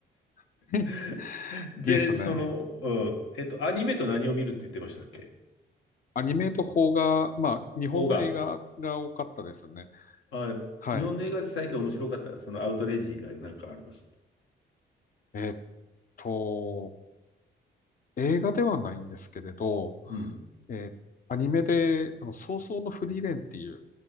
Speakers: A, on the left; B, on the left.
A: <laughs> い
B: <laughs> で、
A: いですね。
B: その、うん、えっと、アニメと何を見るって言ってましたっけ
A: アニメと邦画、まあ、日本の映画が多かったですね。
B: 邦画。あ、
A: はい。
B: 日本の映画で最近面白かった、そのアウトレイジがなんかあります。
A: えーっと、映画ではないんですけれど、
B: うん、
A: えーアニメで、あの、葬送のフリーレンっていう